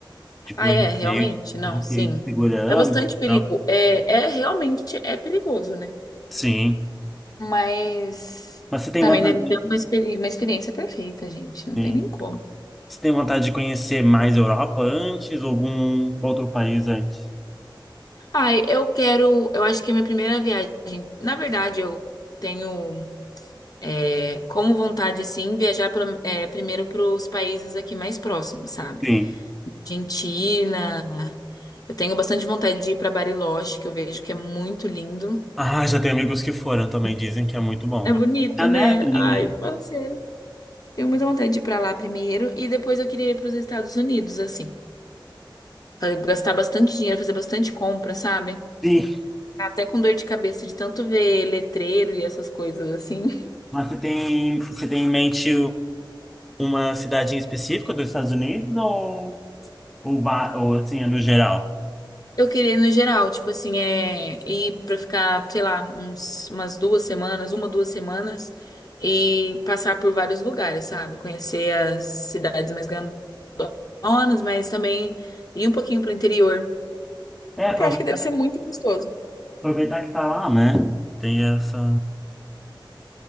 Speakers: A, in the centre; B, on the left.
A: Tipo,
B: Ah, é,
A: eu
B: realmente?
A: receio de,
B: Não,
A: receio
B: sim.
A: de segurança
B: É bastante
A: e
B: perigo.
A: tal.
B: É, é realmente é perigoso, né?
A: Sim.
B: Mas
A: Mas você tem
B: também
A: vontade
B: deve
A: de,
B: ter uma, experi- uma experiência perfeita, gente. Não
A: sim.
B: tem nem como.
A: Você tem vontade de conhecer mais Europa antes ou algum outro país antes?
B: Ai, eu quero. Eu acho que é minha primeira viagem. Na verdade, eu tenho é, como vontade, assim, viajar pra- é, primeiro para os países aqui mais próximos, sabe?
A: Sim.
B: Argentina. Eu tenho bastante vontade de ir para Bariloche, que eu vejo que é muito lindo.
A: Ah, já tem amigos que foram também, dizem que é muito bom.
B: É bonito,
A: A
B: né?
A: neve ali,
B: Ai,
A: né?
B: parceiro. Tenho muita vontade de ir pra lá primeiro. E depois eu queria ir para os Estados Unidos, assim. Falei, gastar bastante dinheiro, fazer bastante compra, sabe?
A: Sim.
B: Até com dor de cabeça de tanto ver letreiro e essas coisas assim.
A: Mas você tem, você tem em mente uma cidade em específico dos Estados Unidos ou, ou, va- ou assim, é no geral?
B: Eu queria no geral, tipo assim, é ir pra ficar, sei lá, uns, umas duas semanas, uma, duas semanas e passar por vários lugares, sabe? Conhecer as cidades mais grandonas, mas também ir um pouquinho pro interior,
A: É, aproveitar,
B: que eu acho que deve ser muito gostoso.
A: aproveitar que tá lá, né? Tem essa.